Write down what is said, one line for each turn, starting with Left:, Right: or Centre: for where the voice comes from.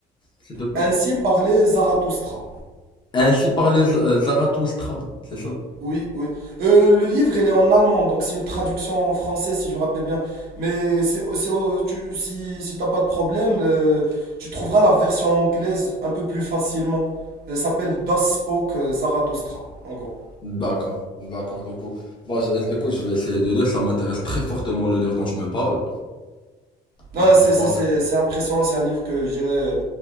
Left: s'il te plaît?
Right: Ainsi parlait Zarathustra.
Left: Ainsi parlait Z- euh, Zarathoustra, c'est ça?
Right: Oui, oui. Euh, le livre, il est en allemand, donc c'est une traduction en français, si je me rappelle bien. Mais c'est, c'est- oh, tu, si, si t'as pas de problème, euh, tu trouveras la version anglaise un peu plus facilement. Elle s'appelle Das Spoke euh, Zarathustra, en gros.
Left: D'accord, d'accord, du coup. Bah, je- écoute, je vais essayer de lire, ça m'intéresse très fortement le livre dont tu me parles.
Right: Non,
Left: Du coup,
Right: c'est
Left: je pense
Right: c'est- c'est- c'est impressionnant, c'est un livre que je dirais...